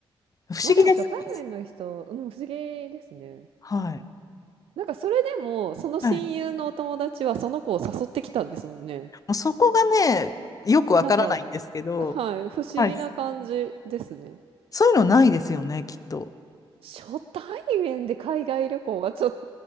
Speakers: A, on the left; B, on the right.
A: う。不思議です。
B: まあでも初対面の人、うん、不思議ですね。
A: はい。
B: なんかそれでも、その親友のお友達はその子を誘ってきたんですもんね。
A: はい。もうそこがね、よくわからないんですけど、
B: なんか、はい、不思議な感じですね。
A: はい。そういうのないですよね、きっと。
B: 初対面で海外旅行はちょっと